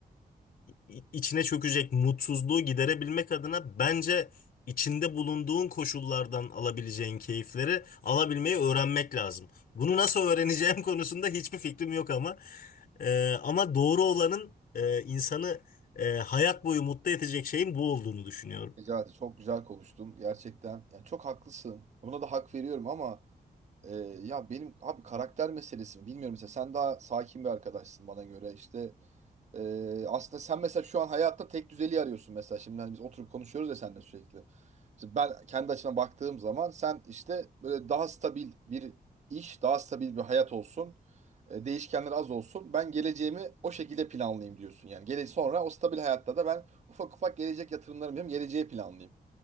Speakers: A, on the left; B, on the right.
A: i- içine çökecek mutsuzluğu giderebilmek adına bence içinde bulunduğun koşullardan alabileceğin keyifleri alabilmeyi öğrenmek lazım. Bunu nasıl öğreneceğim <laughs> konusunda hiçbir fikrim yok ama e, ama doğru olanın e, insanı e, hayat boyu mutlu edecek şeyin bu olduğunu düşünüyorum.
B: Necati çok güzel konuştun gerçekten. Yani çok haklısın. Buna da hak veriyorum ama Ee, ya benim abi karakter meselesi mi bilmiyorum mesela sen daha sakin bir arkadaşsın bana göre işte Ee, aslında sen mesela şu an hayatta tek düzeliği arıyorsun mesela şimdi hani biz oturup konuşuyoruz ya seninle sürekli Mesela ben kendi açımdan baktığım zaman sen işte böyle daha stabil bir iş daha stabil bir hayat olsun Ee, değişkenler az olsun ben geleceğimi o şekilde planlayayım diyorsun yani gele sonra o stabil hayatta da ben ufak ufak gelecek yatırımlarımı yapayım geleceği planlayayım